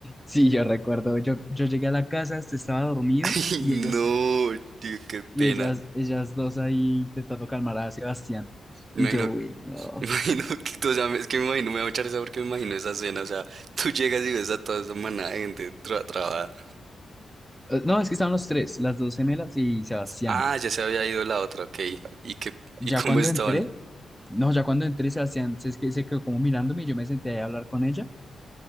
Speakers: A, in the centre; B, on the right (about 55°).
A: Sí, yo recuerdo, yo, yo llegué a la casa, este estaba dormido
B: <laughs>
A: y
B: No,
A: ellos
B: tío, qué pena.
A: y ellas, ellas dos ahí intentando calmar a Sebastián.
B: Me
A: Y yo,
B: Imagino,
A: uy,
B: <laughs>
A: no.
B: me imagino que, tú, o sea, es que me imagino, me da mucha risa porque me imagino esa escena, o sea, tú llegas y ves a toda esa manada de gente tra trabada.
A: Eh, No, es que estaban los tres, las dos gemelas y Sebastián.
B: Ah, ya se había ido la otra, ok. ¿Y qué,
A: Ya
B: y cómo
A: cuando
B: estaban?
A: entré, no, ya cuando entré, Sebastián se, es que se quedó como mirándome y yo me senté ahí a hablar con ella